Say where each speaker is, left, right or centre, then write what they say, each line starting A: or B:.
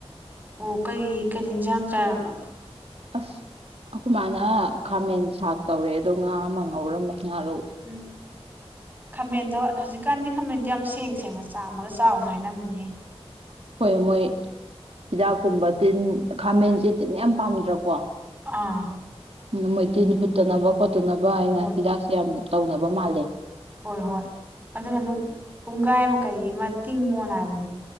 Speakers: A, on the right; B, on the right.
A: ꯑꯣ ꯀꯔꯤ ꯀꯔꯤ ꯏꯟꯖꯥꯡ ꯆꯥꯔꯕ
B: ꯑꯁ ꯑꯈꯣꯏ ꯃꯥꯅ ꯈꯥꯃꯦꯟ ꯁꯥꯛ ꯇꯧꯔꯦ ꯑꯗ ꯉꯥ ꯑꯃ ꯉꯧꯔꯝꯃꯦ ꯉꯥꯔꯧ
A: ꯎꯝ ꯈꯥꯃꯦꯟꯗꯣ ꯍꯧꯖꯤꯛꯀꯥꯟꯗꯤ ꯈꯥꯃꯦꯟꯗꯣ ꯌꯥꯝ ꯁꯦꯡ ꯁꯦꯡꯅ ꯆꯥꯝꯃꯒ ꯆꯥꯎꯅ ꯍꯥꯏꯅꯕꯅꯤꯍꯦ
B: ꯍꯣꯏ ꯃꯣꯏ ꯍꯤꯗꯥꯛꯀꯨꯝꯕ ꯇꯤꯟ ꯈꯥꯃꯦꯟꯁꯦ
A: ꯎꯝ
B: ꯇꯤꯟ ꯌꯥꯝ ꯄꯥꯝ <unintelligible>
A: ꯑꯥ
B: ꯃꯣꯌ ꯇꯤꯅ ꯍꯨꯠꯇꯅꯕ ꯈꯣꯠꯇ ꯅꯕ ꯍꯥꯏꯅ
A: ꯍꯣꯏ
B: ꯍꯤꯗꯥꯛꯁꯤ ꯌꯥꯝ ꯇꯧꯅꯕ ꯃꯥꯜꯂꯦ
A: ꯍꯣꯏ ꯍꯣꯏ ꯑꯗꯨꯅ ꯑꯗꯨꯝ ꯄꯨꯡꯒꯥꯏ ꯑꯃ ꯀꯔꯤ ꯑꯃ ꯇꯤꯡꯉꯣꯅ ꯍꯥꯏꯕꯅꯤ